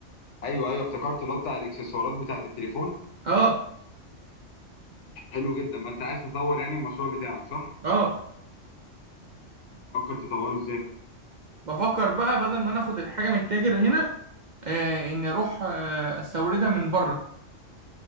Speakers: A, on the left (about 70°); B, on the right (about 55°).
A: ايوه ايوه افتكرت اللي هو بتاع الاكسسوارات بتاعت التليفون
B: اه
A: حلو جدا ما انت عايز تطور يعني المشروع بتاعك صح
B: اه
A: تفكر تطوره ازاي
B: بفكر بقى بدل ما انا اخد الحاجة من التاجر هنا آه، اني اروح آه، استوردها من بره